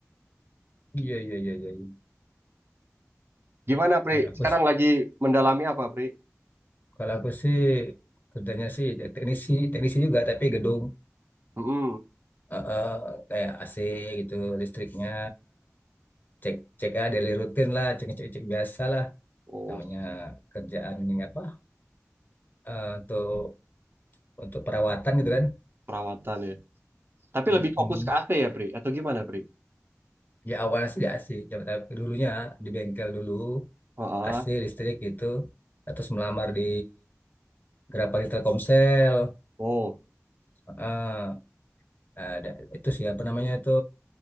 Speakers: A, on the left; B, on the right.
A: Iya iya iya iya. iya.
B: Gimana Pri?
A: Kalau aku
B: Sekarang
A: s-
B: lagi mendalami apa Pri?
A: kalau aku sih kerjanya sih ya teknisi teknisi juga tapi gedung
B: Mm-mm.
A: Eh, eh, kayak AC gitu listriknya cek cek ya daily rutin lah cek cek cek biasa lah
B: Oh,
A: namanya
B: siap,
A: kerjaan ini apa eh, untuk untuk perawatan gitu kan.
B: perawatan ya. Tapi
A: Hmm.
B: lebih fokus ke AC ya Pri? Atau gimana Pri?
A: Ya awalnya sih ya sih. Ya, tapi dulunya di bengkel dulu.
B: Oh, ah.
A: AC listrik gitu terus melamar di Grapari Telkomsel
B: Oh,
A: Ah, ada itu siapa namanya itu